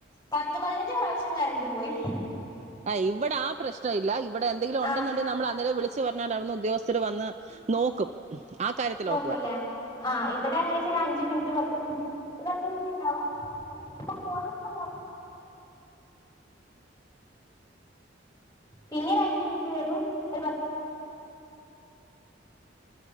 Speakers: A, on the left; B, on the right.
A: പത്ത് പതിനഞ്ച് പ്രാവശ്യം കറണ്ട് പോയി
B: ആഹ് ഇവിടെ ആ പ്രശ്ന വില്ല ഇവടെ എന്തെങ്കിലും ഉണ്ട്ന്ന്‌ണ്ടെങ്കെ
A: ആഹ്
B: നമ്മളന്നേരെ വിളിച്ച് പറ ഞ്ഞാൽ അവിടന്ന്‌ ഉദ്യോഗസ്ഥര് വന്ന് നോക്കും ആ കാര്യത്തിൽ
A: നോക്കൂല്ലേ
B: ഓക്കെയാ
A: ആ ഇവിടെങ്ങനാച്ചാല് അഞ്ചു മിനിറ്റ് പത് ത്ത് മിനിറ്റ് ഒരു പത്ത് മിനിറ്റ് ഇണ്ടാവും <unintelligible> പിന്നെ ഒരഞ്ച് മിനിറ്റിന് വരും ഒരു പത്